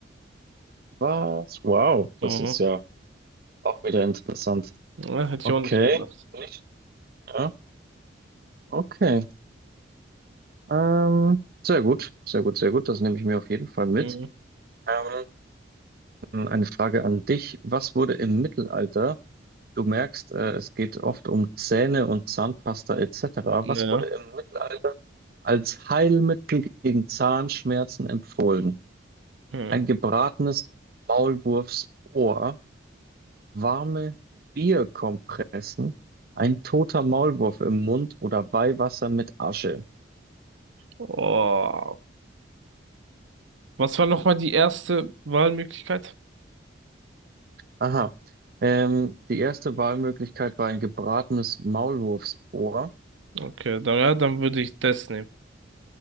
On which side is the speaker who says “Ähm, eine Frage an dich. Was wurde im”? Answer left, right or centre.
Right